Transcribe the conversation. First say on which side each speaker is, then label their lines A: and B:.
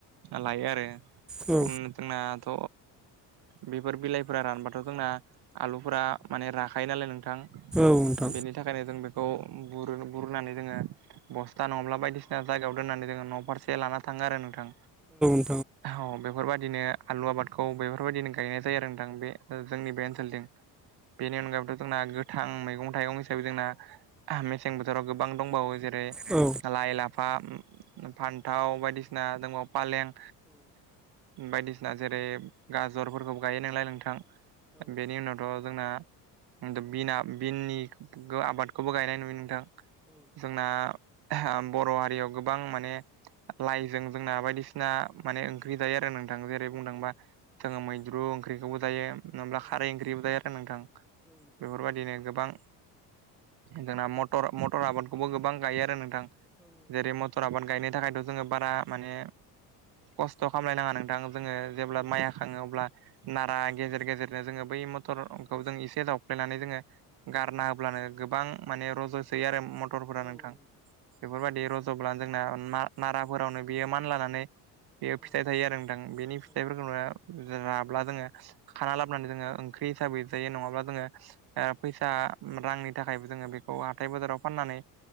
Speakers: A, on the right (about 50°); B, in the centre.
A: लायो आरो
B: औ
A: जोंनाथ' बेफोर बिलाइफोरा रानबाथ' जोंना आलुफोरा माने राखायो नालाय नोंथां
B: औ नोंथां औ नोंथां औ नोंथां औ नोंथां औ नोंथां औ नोंथां औ
A: बेनि नि थाखायनो जों बेखौ बुर बुरनानै जोङो बस्था नङाब्ला बायदिसिना जायगायाव दोननानै जोङो न' फारसे लाना थाङो आरो नोंथां
B: औ नोंथां औ
A: औ बेफोरबायदिनो आलु आबादखौ बेफोरबायदिनो गायनाय जायो आरो नोंथां बे जोंनि बे ओनसोलजों बेनि अनगायैबोथ' जोंना थां मैगं थाइगं हिसाबै जोंना मेसें बोथोराव गोबां दंबावो जेरै
B: औ
A: लाइ लाफा फान्थाव बायदिसिना दंबावो फालें बायदिसिना जेरै गाजरफोरखौबो गायो नालाय नोंथां बेनि उनावथ' जोंना बिना बिननि आबादखौबो गायनाय नुयो नोंथां जोंना बर' हारियाव गोबां माने लाइजों जोंना बायदिसिना माने ओंख्रि जायो आरो नोंथां जेरै बुंदोंबा जोङो मैद्रु ओंख्रिखौबो दायो नाबब्ला खारै ओंख्रिबोथाय आरो नोंथां बेफोरबायदिनो गोबां जोंना मटर मटर आबादखौबो गोबां गायो आरो नोंथां जेरै मत थर आबान गायनो थाखायथ' जोङो बारा माने खस्थ' खालामलायनाङा नोंथां जोङो जेब्ला माइ हा खाङोब्ला नारा गेजेर गेजेरनो जोङो बै मथरखौ जों एसे जावफ्लेनानै जोङो गारना होब्लानो गोबां माने रज'सोयो आरो मटरफोरा नोंथां बेफोरबायदि रज'ब्लानो जोंना नाराफोरावनो बियो मानलानानै बेयाव फिथाइ थायो आरो नोंथां बेनि फिथाइफोरखौनो राब्ला जोङो खाना लाबोनानै जोङो ओं ओंख्रि हिसाबै जायो नङाब्ला जोङो फैसा रांनि थाखायबो जोङो बेखौ हाथाय बाजाराव फाननानै